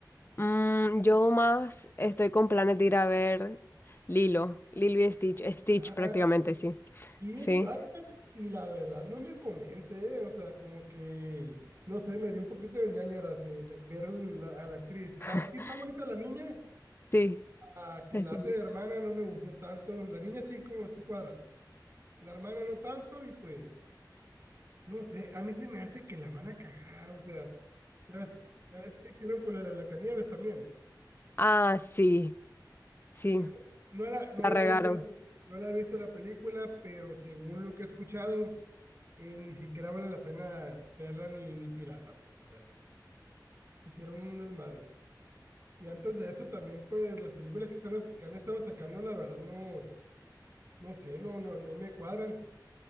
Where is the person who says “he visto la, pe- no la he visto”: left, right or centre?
Right